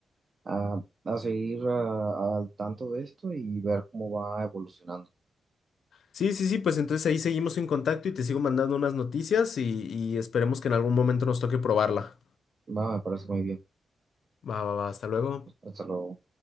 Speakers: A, on the right; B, on the left.
A: a, a seguir ah, al tanto de esto y ver cómo va evolucionando.
B: Sí, sí, sí, pues entonces ahí seguimos en contacto y te sigo mandando unas noticias y, y esperemos que en algún momento nos toque probarla.
A: Va, me parece muy bien.
B: Va, va, va, hasta luego.
A: Hasta luego.